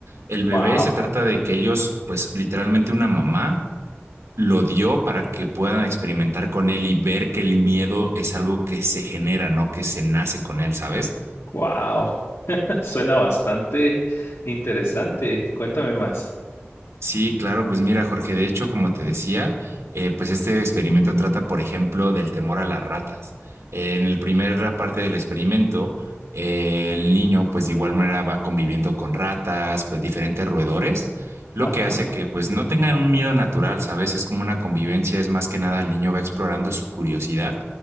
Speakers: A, on the right (about 80°); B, on the left (about 80°).
A: El
B: wow.
A: bebé se trata de que ellos pues literalmente una mamá lo dio para que puedan experimentar con él y ver que el miedo es algo que se genera, no que se nace con él, ¿sabes?
B: Wow, <laughs> suena bastante interesante. Cuéntame más.
A: Sí, claro, pues mira, Jorge, de hecho, como te decía, eh, pues este experimento trata, por ejemplo, del temor a las ratas. Eh, en la primera parte del experimento, eh, el niño, pues de igual manera va conviviendo con ratas, pues diferentes roedores, lo
B: Ajá,
A: que hace que pues no tengan un miedo natural, ¿sabes? Es como una convivencia, es más que nada el niño va explorando su curiosidad.